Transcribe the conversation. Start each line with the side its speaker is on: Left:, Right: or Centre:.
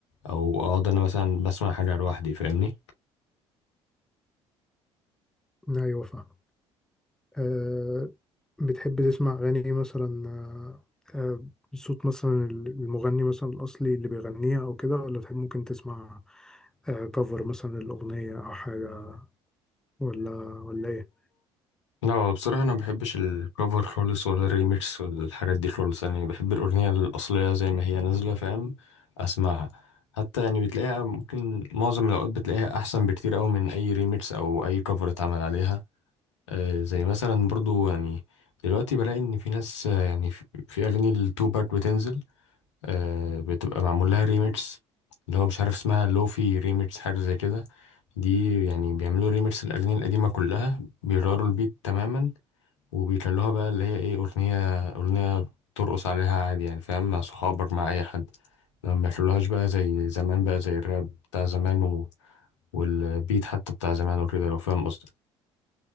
Left: أو أقعد أنا مثلا بسمع حاجة لوحدي فاهمني؟
Centre: أيوة فاهم أه بتحب تسمع أغاني مثلا أه آه، بصوت مثلا المغني مثلا الأصلي اللي بيغنيها أو كده ولا تحب ممكن تسمع كفر مثلا الأغنية أو حاجة ولا ولا إيه؟
Left: لا بصراحة أنا مبحبش الكفر خالص ولا الريميكس ولا الحاجات دي خالص يعني بحب الأغنية الأصلية زي ما هي نازلة فاهم أسمعها حتى يعني بتلاقيها ممكن معظم الأوقات بتلاقيها أحسن بكتير أوي من أي ريميكس أو أي كفر اتعمل عليها آه، زي مثلا برضو يعني دلوقتي بلاقي ان في ناس آه، يعني في في اغاني التو باك بتنزل آه، بتبقى معمول لها ريميكس اللي هو مش عارف اسمها لوفي ريميكس حاجه زي كده دي يعني بيعملوا ريميكس الاغاني القديمه كلها بيغيروا البيت تماما وبيخلوها بقى اللي هي ايه اغنيه اغنيه ترقص عليها عادي يعني فاهم مع صحابك مع اي حد ما يخلوهاش بقى زي زمان بقى زي الراب بتاع زمان و... والبيت حتى بتاع زمان وكده لو فاهم قصدي